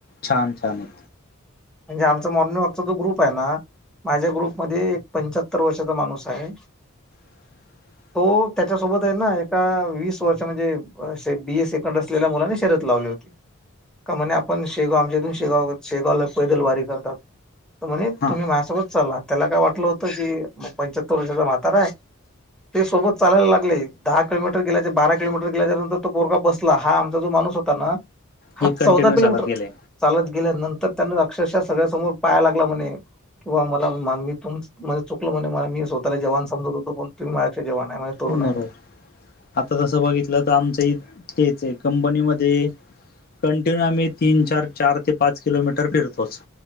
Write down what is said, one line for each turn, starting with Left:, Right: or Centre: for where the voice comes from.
Left: छान छान आहे.
Centre: म्हणजे आमचा मॉर्निंग वॉकचा जो ग्रुप आहे ना माझ्या ग्रुपमध्ये एक पंच सत्तर वर्षाचा माणूस आहे.
Left: <inaudible>
Centre: तो त्याच्यासोबत आहे ना एका वीस वर्ष म्हणजे अ बीस सेकंड तेल्या मुलाने शरत लावले होते. का म्हणे आपण शेगाव आमच्यातून शेगाव शेगावला पैदल वारी करतात. म्हणे
Left: हा.
Centre: तुम्ही माझ्यासोबत चालला त्याला काय वाटलं होतं की पंच्याहत्तर वर्षाचा म्हातारा आहे ते सोबत चालायला लागले दहा किलोमीटर गेल्याचे, बारा किलोमीटर गेल्याच्या नंतर तो पोरगा बसला हा आमचा जो माणूस हो तना हा
Left: हे
Centre: चौदा
Left: कंटिन्यू
Centre: किलोमीटर
Left: चालत गेले
Centre: चालत गेल्या नंतर त्यांना अक्षरशः सगळ्यासमोर पाया लागला म्हणे. किंवा मला मानवी तुम चुकलं म्हणे मी स्वतःला जवान समजतो पण तुम्ही माझचे जवान आहे म्हणे तरुण
Left: बरोबर
Centre: आहेत.
Left: आता तसं बघितलं तर आमचं तेच आहे कंपनीमध्ये कंटिन्यू आम्ही तीन-चार, चार ते पाच किलोमीटर फिरतोच.